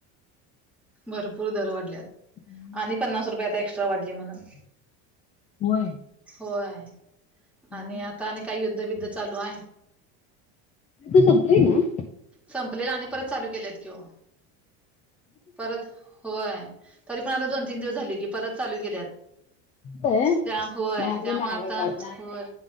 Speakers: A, in the centre; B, on the left (about 20°).
A: भरपूर दर वाढल्यात
B: हम्म
A: आणि पन्नास रुपये आता एक्स्ट्रा वाढली म्हणून.
B: होय
A: होय
B: हम्म.
A: आणि आता आणि काही युद्धबिद्ध चालू आहे.
B: ते संपलंय ना.
A: संपलेला आणि परत चालू केलेत किंवा. परत होय तरी पण आता दोन तीन दिवस झाले की परत चालू केल्यात.
B: होय.
A: त्या होय
B: मान्य
A: त्यामुळे
B: महागाई
A: आता
B: वाढणार.
A: होय.